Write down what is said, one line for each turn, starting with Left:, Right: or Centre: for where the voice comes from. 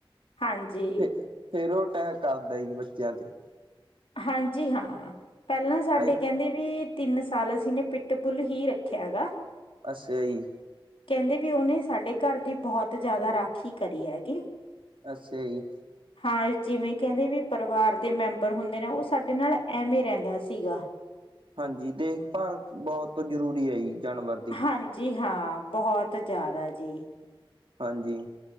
Left: ਹਾਂਜੀ
Right: ਫਿਰ ਫੇਰ ਉਹ ਅਟੈਕ ਕਰਦਾ ਜੀ ਬੱਚਿਆਂ ਤੇ
Left: ਹਾਂਜੀ, ਹਾਂ। ਪਹਿਲਾਂ ਸਾਡੇ
Right: ਅ
Left: ਕਹਿੰਦੇ ਵੀ ਤਿੰਨ ਸਾਲ ਅਸੀਂ ਨੇ ਪਿੱਟ ਬੁੱਲ ਹੀ ਰੱਖਿਆ ਗਾ।
Right: ਅੱਛਾ ਜੀ।
Left: ਕਹਿੰਦੇ ਵੀ ਉਹਨੇ ਸਾਡੇ ਘਰ ਦੀ ਬਹੁਤ ਜ਼ਿਆਦਾ ਰਾਖੀ ਕਰੀ ਆ ਗੀ।
Right: ਅੱਛਾ ਜੀ।
Left: ਹਾਂ, ਜਿਵੇਂ ਕਹਿੰਦੇ ਵੀ ਪਰਿਵਾਰ ਦੇ ਮੈਂਬਰ ਹੁੰਦੇ ਨੇ ਉਹ ਸਾਡੇ ਨਾਲ ਐਵੇਂ ਰਹਿੰਦਾ ਸੀਗਾ।
Right: ਹਾਂਜੀ, ਦੇਖਭਾਲ ਬਹੁਤ ਜ਼ਰੂਰੀ ਆ ਜੀ ਜਾਨਵਰ ਦੀ।
Left: ਹਾਂਜੀ ਹਾਂ, ਬਹੁਤ ਜ਼ਿਆਦਾ ਜੀ।
Right: ਹਾਂਜੀ।